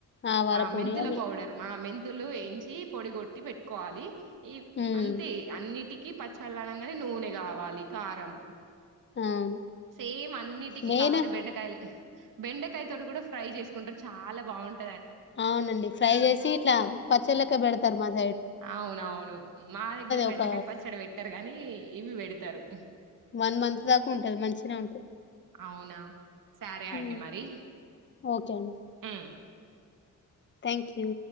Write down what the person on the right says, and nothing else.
ఆ
మెంతుల
పౌడర్ ఆ మెం ఇత్తులు వేయించి పొడిగొట్టి పెట్టుకోవాలి, ఈ
అంతే అన్నిటి కి పచ్చళ్లు అనంగానే నూనె కావాలి కారం
సేమ్ అన్నిటికి
కాపోతే బెండకాయలే బెండకాయ తోటీ కూడా ఫ్రై చేసుకుంటారు చా చాలా బావుంట
అవునవును మా దగ్గర బెండకాయ
పచ్చడి వేట్టారు గానీ ఇవి పెడతరూ
అవునా సరే
అండి మరి
ఉమ్.